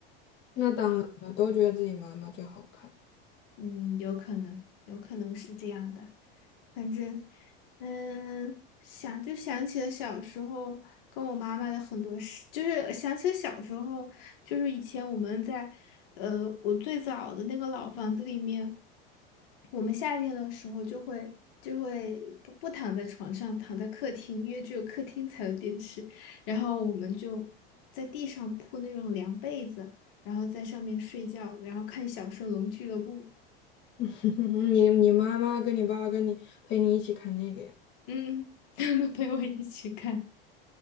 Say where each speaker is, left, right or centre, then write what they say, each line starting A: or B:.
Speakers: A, on the left; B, on the left.
A: 那当然了，都觉得自己妈妈最好看，
B: 嗯，有可能，有可能是这样的。反正，嗯，想就想起了小时候跟我妈妈的很多事，就是想起了小时候，就是以前我们在，呃，我最早的那个老房子里面，我们夏天的时候就会就会不不躺在床上，躺在客厅，因为只有客厅才有电视，然后我们就在地上铺那种凉被子，然后在上面睡觉，然后看《小神龙俱乐部》，
A: <laughs> 你你妈妈跟你爸爸跟你陪你一起看那个呀。
B: 嗯，<laughs> 他们陪我一起看。